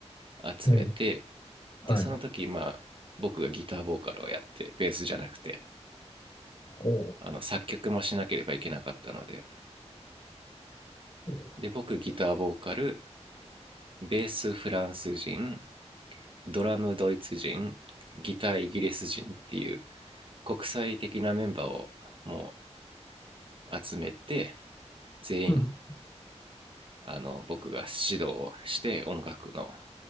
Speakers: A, on the right (about 50°); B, on the left (about 45°).
A: 集めて、
B: へえ、はい。
A: で、その時、まあ、僕がギターボーカルをやって、ベースじゃなくて、
B: ほ
A: あの作曲もしなければいけなかったので
B: う。へえ、
A: で僕ギターボーカルベースフランス人ドラムドイツ人ギターイギリス人っていう国際的なメンバーをもう集めて全員
B: うん。
A: あの僕が指導をして音楽の